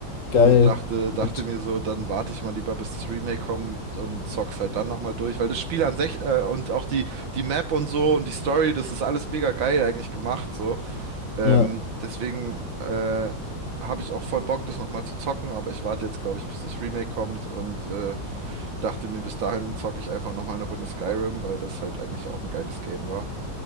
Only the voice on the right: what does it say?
und
dachte,
dachte mir so, dann warte ich mal lieber, bis das Remake kommt und zock's halt dann nochmal durch, weil das Spiel an sich äh, und auch die, die Map und so und die Story, das ist alles mega geil eigentlich gemacht, so. Ähm,
deswegen äh, habe ich auch voll Bock, das nochmal zu zocken, aber ich warte jetzt, glaube ich, bis das Remake kommt und äh, dachte mir, bis dahin zocke ich einfach nochmal eine Runde Skyrim, weil das halt eigentlich auch ein geiles Game war.